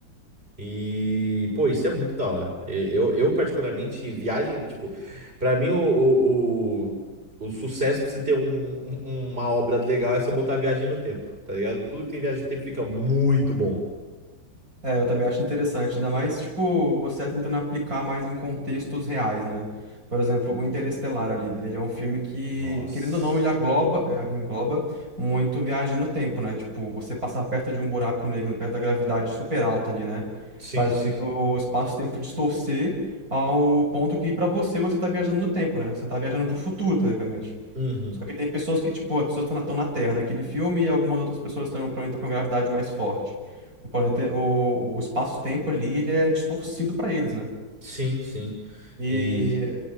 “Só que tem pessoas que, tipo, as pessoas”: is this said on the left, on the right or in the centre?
Right